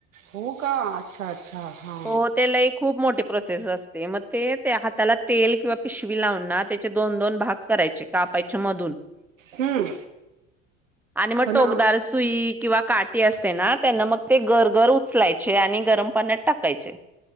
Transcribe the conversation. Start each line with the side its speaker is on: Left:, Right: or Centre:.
Right: हो का अच्छा अच्छा हा
Centre: हो ते लई खूप मोठी प्रोसेस असते मग ते त्या हाताला तेल किंवा पिशवी लावून ना त्याचे दोन दोन भाग करायचे कापायचे मधून
Right: हम्म
Centre: आणि मग
Right: पण
Centre: टोकदार
Right: आम
Centre: सुई किंवा काट टी असते ना त्यांना मग ते गर गर उचलायचे आणि गरम पाण्यात टाकायचे.